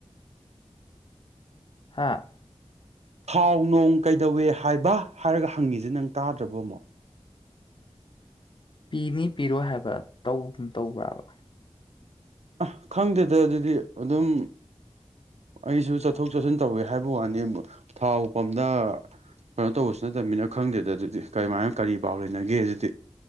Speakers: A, on the left; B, on the right.
A: ꯍꯥꯥ
B: ꯊꯥꯎ ꯅꯣꯡ ꯀꯩꯗꯧꯋꯦ ꯍꯥꯏꯕ ꯍꯥꯏꯔꯒ ꯍꯪꯉꯤꯁꯦ ꯅꯪ ꯇꯥꯗ꯭ꯔꯕ ꯑꯃꯨꯛ
A: ꯄꯤꯅꯤ ꯄꯤꯔꯣꯏ ꯍꯥꯏꯕ ꯇꯧꯒꯨꯝ ꯇꯧꯕ꯭ꯔꯕ
B: ꯑ ꯈꯪꯗꯦꯗ ꯑꯗꯨꯗꯤ ꯑꯗꯨꯝ ꯑꯩꯁꯨ ꯆꯠꯊꯣꯛ ꯆꯠꯁꯤꯟ ꯇꯧꯋꯦ ꯍꯥꯏꯕ ꯋꯥꯅꯤ ꯊꯥꯎ ꯄꯝꯗ ꯀꯩꯅꯣ ꯇꯧꯕꯁꯨ ꯅꯠꯇꯕꯅꯤꯅ ꯈꯪꯗꯦꯗ ꯑꯗꯨꯗꯤ ꯀꯔꯃꯥꯏꯅ ꯀꯔꯤ ꯄꯥꯎ ꯂꯩꯅꯒꯦ ꯑꯗꯨꯗꯤ